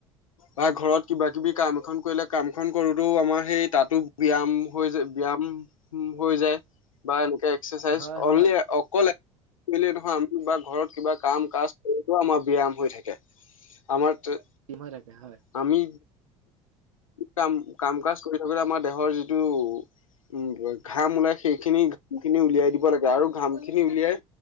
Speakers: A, on the left; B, on the right.
A: বা ঘৰত কিবা কিবি কাম এখন কৰিলে কামখন কৰোতেও আমাৰ সেই তাতো ব্যায়াম হৈ যায় ব্যায়াম হৈ যায়। বা এনেকে এক্সাৰচাইজ
B: হয় হয়
A: অনলি অকলে <inaudible> নহয় আমি বা ঘৰত কিবা। কাম কাজ কৰিতো আমাৰ ব্যায়াম হৈ থাকে। আমাৰ তে
B: টিম হৈ থাকে হয়
A: আমি কাম কাম কাজ কৰি থাকোতে আমাৰ দেহৰ যিটো উম ঘাম ওলাই সেইখিনি ঘাম খিনি উলিয়াই দিব লাগে। আৰু ঘাম খিনি উলিয়াই